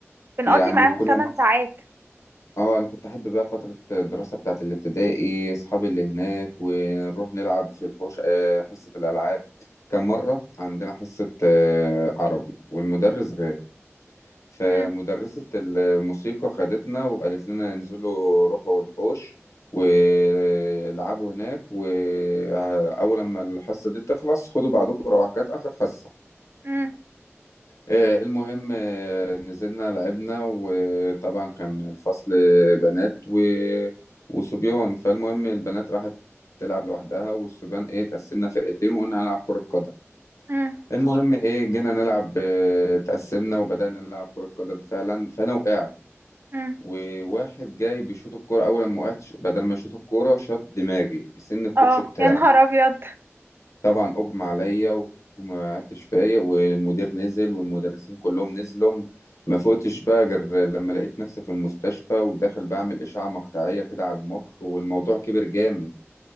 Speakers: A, on the right; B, on the left.
A: بنقضي
B: يعني
A: معاهم
B: وكنا
A: 8 ساعات
B: اه انا كنت احب بقى فتره الدراسه بتاعت الابتدائي اصحابي اللي هناك ونروح نلعب في الحوش آه، حصه الالعاب كان مره عندنا حصه آه، عربي والمدرس غاب فمدرسه
A: مم.
B: الموسيقى خدتنا وقالت لنا انزلوا روحوا الحوش والعبوا هناك واول لما الحصه دي تخلص خدوا بعضكم روح كانت اخر حصه
A: مم.
B: آه، المهم آه، نزلنا لعبنا وطبعا كان الفصل بنات و... وصبيان فالمهم البنات راحت تلعب لوحدها والصبيان ايه تقسمنا فرقتين وقلنا هنلعب كرة قدم
A: مم.
B: المهم ايه جينا نلعب آه، تقسمنا وبدأنا نلعب كرة قدم فعلا فانا وقعت
A: مم.
B: وواحد جاي بيشوط الكرة اول ما وقعت بدل ما يشوط الكرة شاط دماغي بسن الكوتش
A: اه
B: بتاعه
A: يا نهار ابيض
B: طبعا اغمى عليا وما عدتش فايق والمدير نزل والمدرسين كلهم نزلوا ما فقتش بقى غير لما لقيت نفسي في المستشفى وداخل بعمل اشعه مقطعيه كده على المخ والموضوع كبر جامد